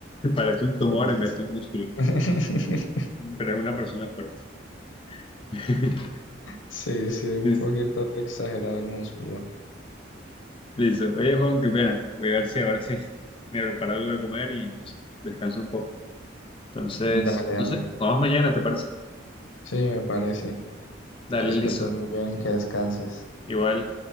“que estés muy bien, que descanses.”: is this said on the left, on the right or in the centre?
Left